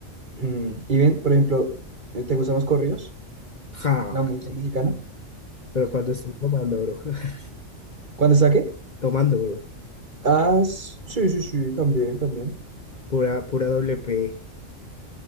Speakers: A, on the right; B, on the left.
A: Mm, Y ven, por ejemplo, eh, ¿te gustan los corridos?
B: Ja,
A: La música
B: sí.
A: mexicana.
B: Pero cuando estoy tomando, bro, <laughs>
A: ¿Cuándo saqué?
B: tomando, bro,
A: Ah, s- sí, sí, sí, también, también.
B: pura, pura doble P.